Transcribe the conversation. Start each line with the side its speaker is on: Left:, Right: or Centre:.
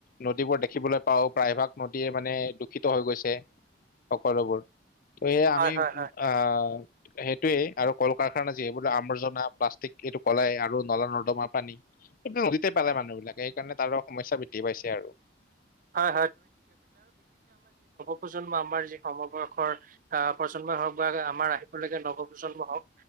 Left: নদীবোৰ দেখিবলৈ পাও প্ৰায় বিভাগ নদীয়ে মানে দূষিত হৈ গৈছে সকলোবোৰ। ত এইয়া আমি
Right: হয় হয়
Left: অ
Right: হয়।
Left: সেইটোৱেই আৰু কল কাৰখানা যিবো আমৰ্জনা প্লাষ্টিক এইটো কলাই আৰু নলা- নৰ্দমা পানী সেইটো নদীতে পেলাই মানুহ বিলাকে, সেইকাৰণে তাৰো সমস্যা বৃদ্ধি পাইছে আৰু
Right: হয় প্ৰজন্ম আমাৰ যি সমবয়সৰ আহ প্ৰজন্মই হওঁক বা আমাৰ আহি তেওঁলোকে নৱপ্ৰজন্ম হওক